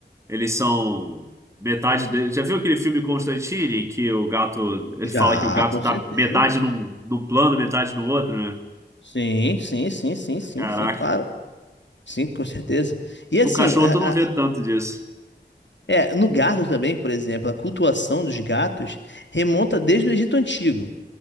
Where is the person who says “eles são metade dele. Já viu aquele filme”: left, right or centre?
Right